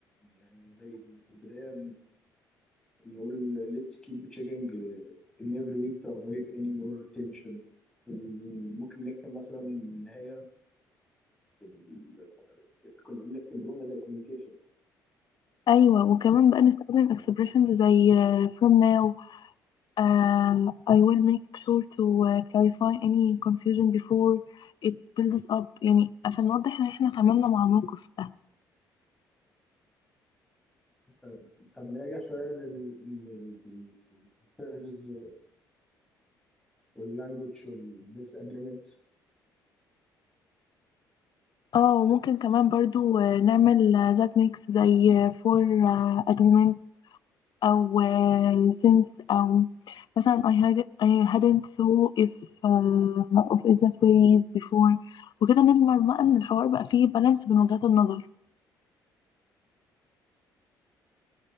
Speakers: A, in the centre; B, on the left.
A: يعني زي إن في البدايه نقول let's keep checking in every week to avoid any more tension بال- ممكن نكتب مثلا ان هي ال- الكم- نكتب بجمله زي communication
B: ايوه وكمان بقى نستخدم expressions زي آه، from now Uh, I will make sure to uh, clarify any confusion before it builds up يعني عشان نوضح ان احنا تعاملنا مع الموقف ده
A: طب طب نراجع شويه لل إن ال- first واللانجوج والديس اجريمنت
B: اه ممكن كمان برضو آه، نعمل آه، ذات ميكس زي آه، for آه، agreement او آه، since او مثلا I had I hadn't thought if uh, of it that ways before وكده نضمن بقى ان الحوار بقى فيه بالانس بين وجهات النظر